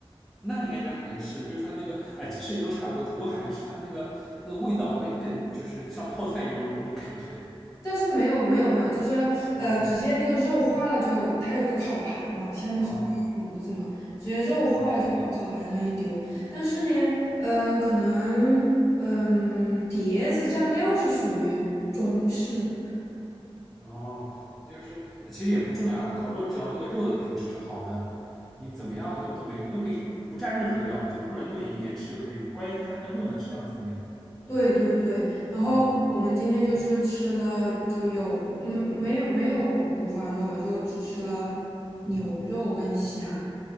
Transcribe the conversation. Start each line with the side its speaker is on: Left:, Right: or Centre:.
Centre: 那应该就是韩式，就是它那个，哎，其实也都差不多，只不过韩式它那个那个味道会更，就是像泡菜一样那种那种感觉。
Left: 但是没有没有没有，就是呃，
Centre: 嗯，
Left: 直接那个肉化了就，它有个烤盘嘛，下面是个炉子嘛，
Centre: 哦，
Left: 直接肉化了就往烤盘上一丢。
Centre: 嗯，
Left: 但是呢，嗯、可能嗯、碟子蘸料是属于中式，
Centre: 哦，就是其实也不重要了，烤肉只要那个肉的品质是好的，你怎么样就都没都可以不蘸任何料，就是或者弄点盐吃就可以，关键是看那个肉的质量怎么样。
Left: 对对对。然后我们今天就是吃了，
Centre: 嗯
Left: 就有没没有没有五五花肉了，就只吃了牛肉跟虾，
Centre: 嗯，